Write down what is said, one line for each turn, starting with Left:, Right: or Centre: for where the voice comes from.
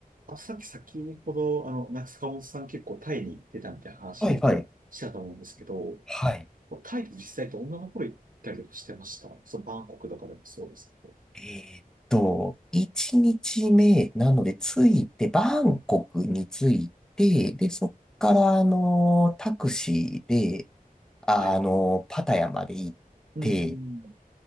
Right: あ、さっき先ほど、あの、中塚本さん結構タイに行ってたみたいな話
Centre: はいはい。
Right: したと思うんですけど、
Centre: はい。
Right: タイで実際と女の頃行ったりとかしてました。そう、バンコクとかでもそうですけど。
Centre: えーっと、1日目なので、着いて、バンコクに着いて、で、そっから、あのタクシーで、あのパタヤまで行って、
Right: はい。うーん。